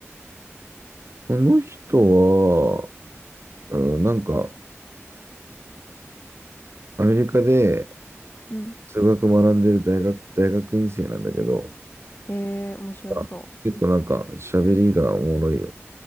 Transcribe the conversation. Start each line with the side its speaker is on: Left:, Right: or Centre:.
Right: この人は、うん、なんか、アメリカで
Left: うん。
Right: 数学学んでる大学、大学院生なんだけど、
Left: へえー、面白そ
Right: あ結構なんか喋りがおもろいよ。